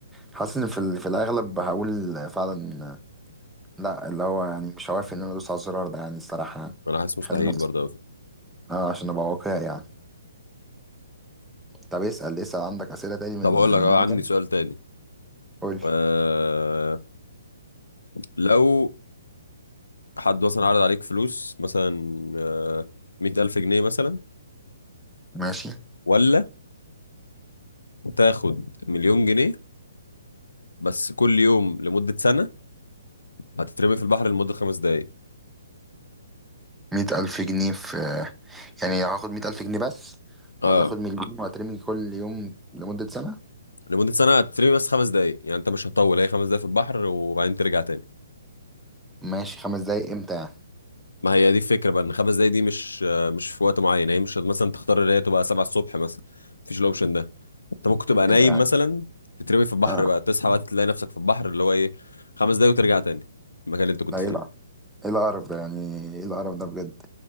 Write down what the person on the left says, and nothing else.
انا حاسس مستحيل
برضه أوي.
طب
هقول لك
اه عندي
سؤال تاني
أه... لو حد مثلا عرض عليك فلوس مثلا أه... 100000 جنيه مثلا
ولا تاخد مليون جنيه بس كل يوم لمدة سنة هتترمي في البحر لمدة خمس دقايق
اه
لمدة سنة هتترمي بس خمس دقايق يعني انت مش هتطول هي خمس دقايق في البحر وبعدين ترجع تاني
ما هي دي الفكرة بقى ان خمس دقايق دي مش مش في وقت معين يعني هي مش مثلا تختار ان هي تبقى سبعة الصبح مثلا مفيش الاوبشن ده انت ممكن تبقى نايم
مثلا تترمي في البحر
بقى تصحى بقى تلاقي نفسك في البحر اللي هو ايه خمس دقايق وترجع تاني المكان اللي انت كنت
فيه